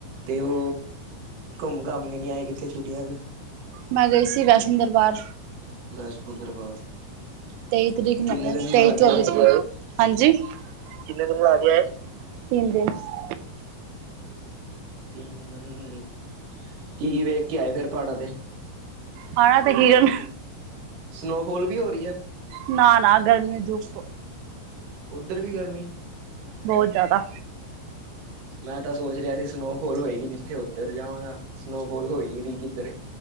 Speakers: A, on the right; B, on the right.
A: ਤੇ ਓ ਘੁੰਮ-ਘਾਮ ਕੇ ਨਹੀਂ ਆਏ ਕਿੱਥੇ ਛੁੱਟੀਆਂ ਚ।
B: ਮੈਂ ਗਈ ਸੀ, ਵੈਸ਼ਨੋ ਦਰਬਾਰ।
A: ਵੈਸ਼ਨੋ ਦਰਬਾਰ।
B: ਤੇਈ ਤਰੀਕ ਨੂੰ
A: ਕਿੰਨੇ
B: ਆਈ ਆਂ,
A: ਦਿਨ
B: ਤੇਈ
A: ਲਾ ਕੇ
B: ਚੌਵੀ
A: ਆਏ
B: ਚ, ਕਿਦਣ ਗਏ, ਹਾਂਜੀ, ਕਿੰਨੇ ਦਿਨ ਲਾ ਕੇ ਆਏ? ਤਿੰਨ ਦਿਨ ਚ।
A: ਤਿੰਨ ਦਿਨ, ਕੀ ਵੇਖ ਕੇ ਆਏ ਫੇਰ ਪਹਾੜਾਂ ਤੇ?
B: ਪਹਾੜਾਂ ਤੇ ਹਿਰਨ।
A: ਸਨੋਫੋਲ ਵੀ ਹੋ ਰਹੀ ਐ?
B: ਨਾ, ਨਾ, ਗਰਮੀ ਧੁੱਪ।
A: ਉੱਧਰ, ਵੀ ਗਰਮੀ?
B: ਬਹੁਤ, ਜ਼ਿਆਦਾ।
A: ਮੈਂ ਤਾਂ, ਸੋਚ ਰਿਹਾ ਸੀ ਸਨੋਫੋਲ ਹੋਏਗੀ। ਜਿੱਥੇ ਉੱਧਰ, ਜਾਵਾਂਗਾ ਸਨੋਫੋਲ ਹੋਈ ਨਹੀ ਕਿੱਧਰੇ।